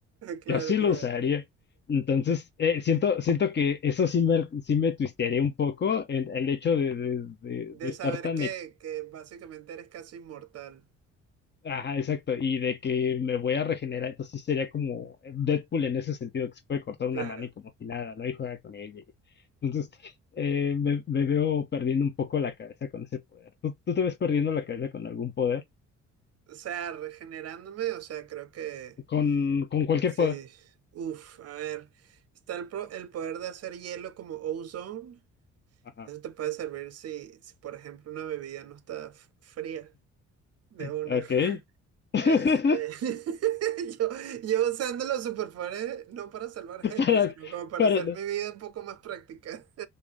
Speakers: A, on the right; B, on the left.
A: Claro,
B: Yo sí
A: claro.
B: lo usaría. Entonces, eh, siento, siento que eso sí me, sí me twistearía un poco el, el hecho de, de- de-
A: De
B: de estar
A: saber
B: tan...
A: que,
B: ex-
A: que básicamente eres casi inmortal.
B: Ajá, exacto. Y de que me voy a regenerar. Entonces, sí sería como Deadpool en ese sentido, que se puede cortar
A: Claro.
B: una mano y como si nada, ¿no? Y juega con ella. Entonces, eh, me, me veo perdiendo un poco la cabeza con ese poder. ¿Tú, tú te ves perdiendo la cabeza con algún poder?
A: O sea, regenerándome, o sea, creo que...
B: Con, con cualquier
A: Sí,
B: poder.
A: uff, a ver, está el, pro- el poder de hacer hielo como ozone.
B: Ajá.
A: Eso te puede servir si, si, por ejemplo, una bebida no está f- fría de una.
B: Ok. <laughs>
A: Este, <laughs> yo, yo usando los superpoderes no para salvar gente,
B: Para,
A: sino como para
B: para-
A: hacer mi vida un poco más práctica.